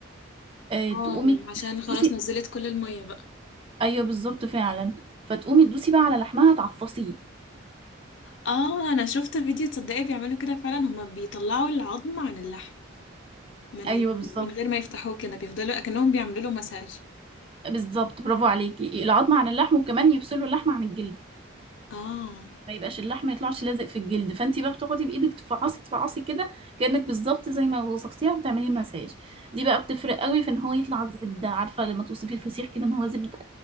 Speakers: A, on the right (about 25°); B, on the left (about 65°).
A: آه،
B: اه
A: تقومي
B: عشان خلاص
A: تدوسي
B: نزلت كل المية بقى
A: أيوه بالظبط فعلا فتقومي تدوسي بقى على لحمها تعفصيه
B: اه انا شفت فيديو تصدقي بيعملوا كده فعلا هما بيطلعوا العظم عن اللحم من
A: أيوه بالظبط
B: من غير ما يفتحوه كده بيفضلوا اكنهم بيعملوا له مساج
A: بالظبط برافو عليكي العظم عن اللحم وكمان يفصلوا اللحم عن الجلد
B: اه
A: ما يبقاش اللحم ما يطلعش لازق في الجلد فانت بقى بتاخدي بايدك تفعصي تفعصي كده كانك بالظبط زي ما وصفتيها بتعملي مساج دي بقى بتفرق قوي في ان هو يطلع زبده عارفه لما توصفي الفسيخ كده ان هو زبده